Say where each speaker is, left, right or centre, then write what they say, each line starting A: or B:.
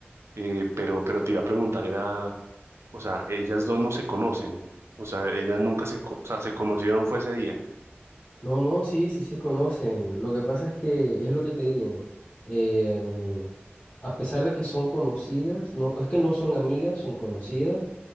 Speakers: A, on the right (about 90°); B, on the left (about 30°).
A: Eh, pero, pero te iba a preguntar, era, o sea, ellas dos no se conocen, o sea, ellas nunca se, co- o sea, se conocieron fue ese día.
B: No, no, sí, sí se conocen. Lo que pasa es que es lo que te digo. eh, a pesar de que son conocidas, no, es que no son amigas, son conocidas.